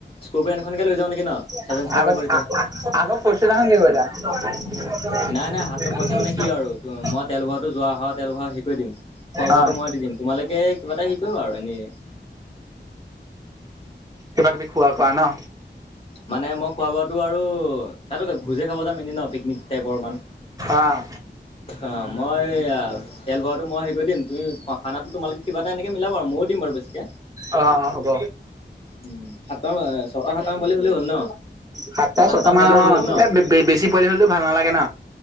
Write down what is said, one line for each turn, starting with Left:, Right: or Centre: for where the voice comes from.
Left: স্কপিয় এন খনকে লৈ যাও নেকি ন
Right: আগত
Left: ছেভেন চিটাৰ হ'ব তেতিয়া
Right: অ আগৰ ফৌৰচোনাৰ খন
Left: নাই
Right: কি
Left: নাই হাতৰ পইচা
Right: কৰিলা
Left: মানে কি আৰু মই তেল ভৰোৱা টো যোৱা হয়া তেল ভৰাই হেৰি কৰি দিম খোৱা বোৱাটো
Right: অ',
Left: মই দিম তোমালোকে কিবা এটা টো আৰু এনেই
Right: কিবা কিবি খোৱা কৰা ন
Left: মানে মই খোৱা বোৱাটো আৰু তাতো ভোজে খাব যাম ন এনেই পিকনিক টাইপৰ মান
Right: অ',
Left: অ মই এয়া তেল ভৰোৱাটো মই হে কৰি দিম তুমি খানা তোমালোকে কিবা এটা এনেকে মিলা আৰু ময়ো দিম বাৰু বেছিকে
Right: অ অ হ'ব
Left: উম সাততা ছটা সাতটা মান হ'লেই হ'ল ন
Right: সাতটা ছটা
Left: সাতটামান
Right: মান
Left: পোৱালি
Right: অ
Left: হ'লেই হ'ল ন?
Right: এ বেছি পোৱালি হও ভাল নালাগে ন।